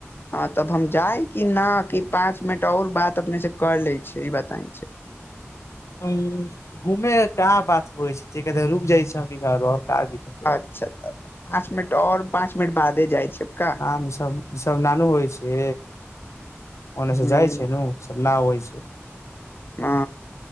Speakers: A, on the left (about 50°); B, on the left (about 80°).
A: ह तब हम जाय कि न कि पाँच मिनट ओर बात अपने से कर ले छी ई बताय छै
B: घूमे क बात होइ छै रुक जाइ छै हम घर और क दिक
A: अच्छा तऽ पाँच मिनट ओर पाँच मिनट बादे जाइ छै का
B: काम सब ई सब नानू होइ छै ओने से
A: हँ
B: जाइ छै नु सब न होइ छै
A: ह